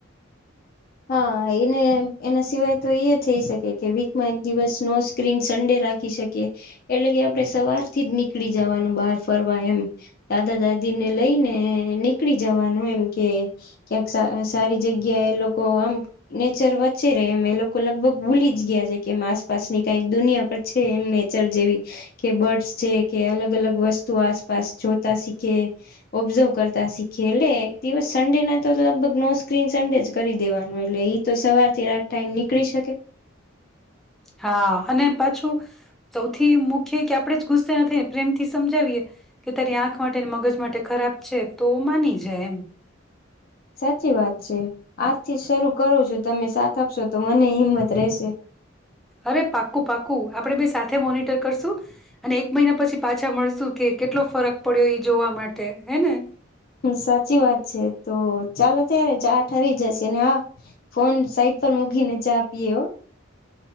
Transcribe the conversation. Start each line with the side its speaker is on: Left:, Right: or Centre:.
Left: હા એને એના સિવાય તો ઈ એ થઈ શકે કે વીકમાં એક દિવસ નો સ્ક્રીન સન્ડે રાખી શકીએ એટલે કે આપડણે સવાર થી જ નીકળી જવાનું બહાર ફરવા એમ દાદા દાદી ને લઈને નીકળી જવાનું એમ કે ક્યાંક સ સારી જગ્યા ઈ લોકો આમ નેચર વચ્ચે રે એમ એ લોકો લગભગ ભૂલી જ ગયા છે કે એમ આસપાસની કંઈક દુનિયા પર છે એમ નેચર જેવી કે બર્ડ્સ છે કે અલગ-અલગ વસ્તુઓ આસપાસ જોતા શીખે, ઓબ્ઝર્વ કરતા શીખે એટલે એક દિવસ સન્ડે ના તો લગભગ નો સ્ક્રીન સન્ડે જ કરી દેવાનું એટલે ઈ તો સવાર થી રાત ટાઈમ નીકળી શકે.
Centre: હા અને પાછું સૌથી મુખ્ય કે આપણે જ ગુસ્સે નથી ને પ્રેમથી સમજાવીએ કે તારી આંખ માટે મગજ માટે ખરાબ છે તો માની જાય એમ.
Left: સાચી વાત છે, આજથી જ શરૂ કરો છો તમે સાથ આપશો તો મનેય હિંમત રહેશે.
Centre: અરે પાક્કું પાકું આપડે બે સાથે મોનિટર કરશું અને એક મહિના પછી પાછા મળશું કે કેટલો ફરક પડ્યો એ જોવા માટે હે ને.
Left: સાચી વાત છે તો ચાલો ત્યારે ચા ઠરી જશે ને હા ફોન સાઈટ પર મૂકી ને ચા પીએ હ.